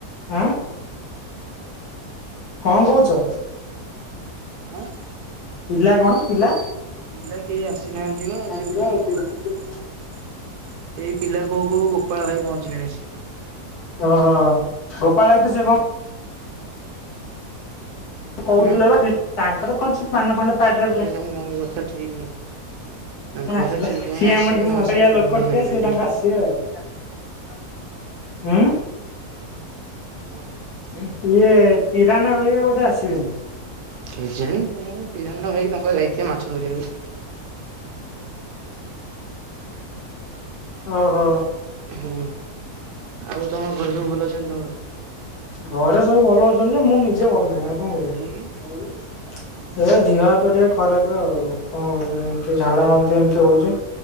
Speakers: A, on the left; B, on the right.
A: ଆଁ। କଣ କଉଛ?
B: ଆଁ?
A: ପିଲା କଣ ପିଲା?
B: ପିଲା କେହି ଆସିନାହାଁନ୍ତି ବା ଆଉ ଯିବ
A: ଓହୋ।
B: ଖେଳିବ କଣ। ଏଇ ପିଲା କୋଉ କୋଉ ଗୋପାଳ ଭାଇ ପହଞ୍ଚିଲେଣି ଆସିକି।।
A: ଓହୋ ଗୋପାଳାଇ ତ ସେ କଣ କହୁଥିଲ
B: ହୁଁ
A: ବା ତାଙ୍କର କ ଛି ପାନ ଖଣ୍ଡେ ପାଟିରେ
B: ହଁ କେଜାଣି ତାଙ୍କ କଥା ଠିକ୍ ନାହିଁ। ତାଙ୍କ
A: ଏ ଆସିଲା
B: କଥା ଠିକ
A: ସିଏ
B: ନାହିଁ ଆସିବେ
A: ଆମର କି
B: ନ
A: ମଦଳିଆ
B: ଆସିବେ
A: ଲୋକ
B: କଣ ତାଙ୍କ
A: କି
B: ଗ୍ୟାରେଣ୍ଟି।
A: ସିଏ ତାଙ୍କ ଆସିବେ ଆଉ।
B: ହୁଁ
A: ଉଁ
B: ଅ।
A: ଉଁ ଇଏ ପିରା ନା ଘରିଆ ବୋଧେ ଆସିବେନି?
B: କେଜାଣି କଣ ପିରାନା ଭାଇ ତାଙ୍କ ଯାଇଥିବେ ମାଛ ଧରିବାକୁ।
A: ଓହୋ।
B: ହୁଁ ଆଉ ତମ ଘର ସବୁ ଭଲ ଅଛନ୍ତି ତମର?
A: ଘରେ ସବୁ ଭଲ ଅଛନ୍ତି ଯେ ମୁଁ ନିଜେ ଭଲ ନାହିଁ ଆଉ କଣ କରିବା
B: କାହିଁକି
A: କାହିଁକି? ଏ ଦିହ ହାତ ଟିକେ ଖରାପେ ଆଉ କଣ କରିବା
B: ଓହୋ
A: ଏମତି ଝାଡା
B: ହୁଁ।
A: ବାନ୍ତି ଏମିତି ହଉଛି।